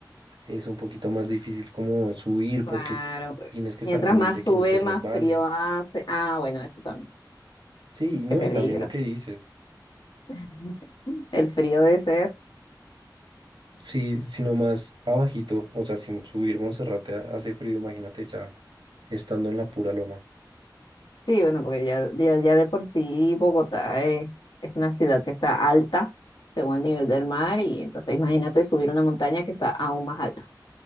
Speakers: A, on the right (about 85°); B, on the left (about 80°).
A: es un poquito más difícil como subir
B: claro.
A: porque
B: pues.
A: tienes que estar
B: Mientras
A: pendiente
B: más
A: de que
B: sube,
A: no te resbales.
B: más frío hace. Ah, bueno, eso también.
A: Sí, no,
B: Qué peligro.
A: y también lo que dices,
B: <laughs> El frío de ese
A: sí, sino más abajito, o sea, sin subir Monserrate ha- hace frío, imagínate ya estando en la pura loma.
B: Sí, bueno, porque ya, ya, ya de por sí Bogotá es, es una ciudad que está alta según el nivel del mar y entonces imagínate subir una montaña que está aún más alta.